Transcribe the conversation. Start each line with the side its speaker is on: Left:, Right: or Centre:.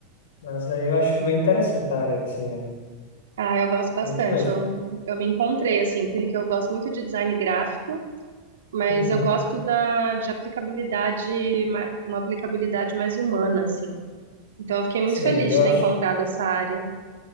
Left: Mas aí eu acho bem interessante a área, assim, né?
Right: Ah, eu gosto bastante.
Left: Muito mesmo.
Right: Eu, eu me encontrei, assim, porque eu gosto muito de design gráfico. Mas
Left: Uhum.
Right: eu gosto da, de aplicabilidade, ma- uma aplicabilidade mais humana, assim. Então eu fiquei muito
Left: Sei,
Right: feliz
Left: eu
Right: de ter
Left: acho,
Right: encontrado essa área.